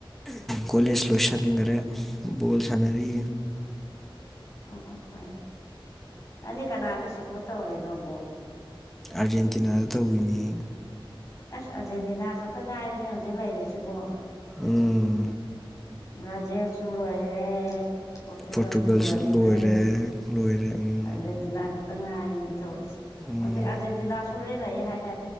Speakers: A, in the centre; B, on the left (about 35°).
A: ꯀꯣꯂ ꯁꯂꯣꯁꯟ ꯉꯔꯦ ꯣꯜ ꯁꯂꯗꯤ
B: ꯑꯣ ꯑꯣ ꯐꯔ ꯅꯪꯗꯤ ꯀꯅꯥꯗ ꯁꯞꯄꯣꯔꯠ ꯇꯧꯔꯤꯅꯣꯕꯣ
A: ꯑꯥꯔꯖꯦꯟꯇꯤꯅꯥꯗ ꯇꯧꯋꯤꯅꯦ
B: ꯑꯁ ꯑꯥꯔꯖꯦꯟꯇꯤꯅꯥ ꯈꯛꯇ ꯉꯥꯏꯔꯤꯅꯦ ꯍꯧꯖꯤꯛ ꯂꯩꯔꯤꯁꯤꯀꯣ
A: ꯎꯝ
B: ꯕ꯭ꯔꯥꯖꯤꯜ ꯆꯜ ꯍ ꯔꯦ ꯄꯣꯔꯇꯨꯒꯜ
A: ꯄꯣꯔꯇꯨꯒꯜꯁꯨ
B: ꯆꯂ ꯍꯈ
A: ꯂꯣꯏꯔꯦ
B: ꯔꯦ
A: ꯂꯣꯏꯔꯦ ꯎꯝ
B: ꯑꯥꯔꯖꯦꯟꯇꯤꯅꯥ ꯈꯛꯇ ꯉꯥꯏꯔꯤꯅꯦ ꯇꯧꯔꯁꯦ
A: ꯎꯝ
B: ꯍꯧꯖꯤꯛ ꯑꯥꯔꯖꯦꯟꯇꯤꯅꯥꯁꯨ ꯍꯣꯔꯦꯟ ꯂꯛꯑꯦ ꯍꯥꯏꯗ